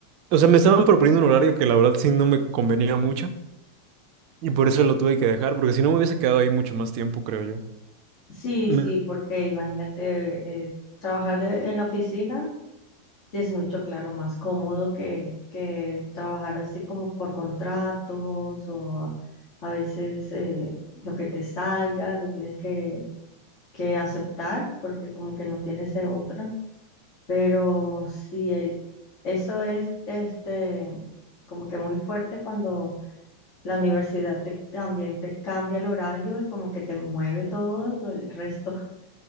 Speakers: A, on the right; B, on the left.
A: o sea, me estaban proponiendo un horario que la verdad sí no me convenía mucho y por eso lo tuve que dejar, porque si no me hubiese quedado ahí mucho más tiempo, creo yo.
B: Sí,
A: Me-
B: sí, porque imagínate eh, trabajar de- en la oficina, sí es mucho, claro, más cómodo que, que trabajar así como por contratos o a, a veces eh, lo que te salga, lo tienes que, que aceptar porque como que no tienes de otra. Pero sí, eh, eso es este, como que muy fuerte cuando la universidad te- también te cambia el horario y como que te mueve todo lo- el resto, <laughs>